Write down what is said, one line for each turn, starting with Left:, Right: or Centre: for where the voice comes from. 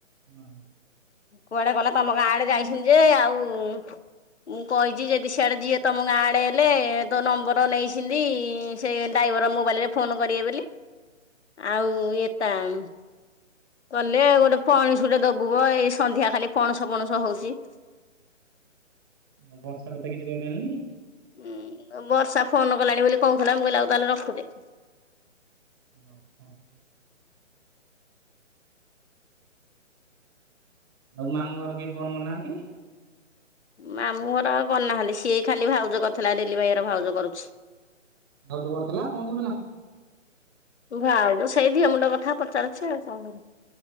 Right: ହଁ।
Left: କୁଆଡେ ଗଲା ତମ ଗାଁ ଆଡେ ଯାଇଛନ୍ତି ଯେ ଆଉଁ ମୁଁ କହିଛି ଯେଦି ସିଆଡ଼େ ଯିଏ ତମ ଗାଁ ଆଡ଼େ ହେଲେ ତୋ ନମ୍ବର ନେଇଛେନ୍ତି ସେ ଡାଇବର ମୋବାଇଲିରେ ଫୋନ କରିବେ ବୋଲି ଆଉ ଏତାଙ୍ଗ ଗଲେ ଗୋଟେ ପଣସ ଟେ ଦବୁ। ଏଇ ସନ୍ଧ୍ୟା ଖାଲି ପଣସ ପଣସ ହଉଛି।
Right: ଆଉ ବର୍ଷା କଥା କିଛି କହିଲନି କି?
Left: ଉୁଁ। ବର୍ଷା ଫୋନ କଲାଣି ବୋଲି କହୁଥିଲା ମୁଁ କହିଲି ଆଉ ତାହେଲେ ରଖୁଚି।
Right: ଓ ହୋ। ଆଉ ମାମୁଁ ଘର କେହି ଫୋନ କରିନାହାନ୍ତି?
Left: ମାମୁଁ ଘର ଆଉ କରିନାହାନ୍ତି। ସିଏ ଖାଲି ଭାଉଜ କରିଥିଲା ଡେଲି ଭାଇ ଘର ଭାଉଜ କରୁଛି।
Right: ଭାଉଜ କରିଥିଲା କଣ କହୁଥିଲା?
Left: ଭାଉଜ ସେଇ ଦିଅ ମୁଣ୍ଡ କଥା ପଚାରୁଛି ଆଉ କଁ?